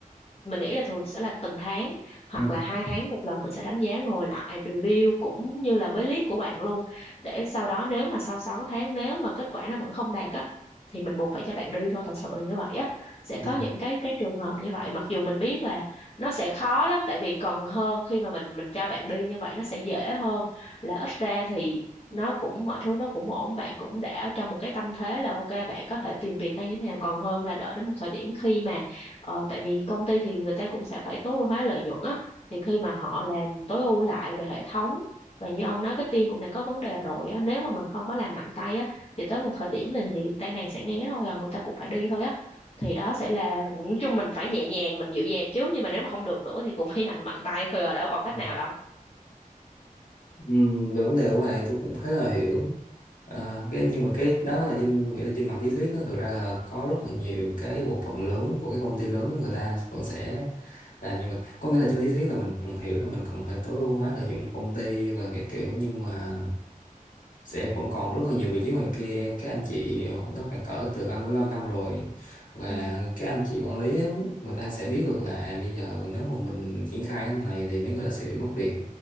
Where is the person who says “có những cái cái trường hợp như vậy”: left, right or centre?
Left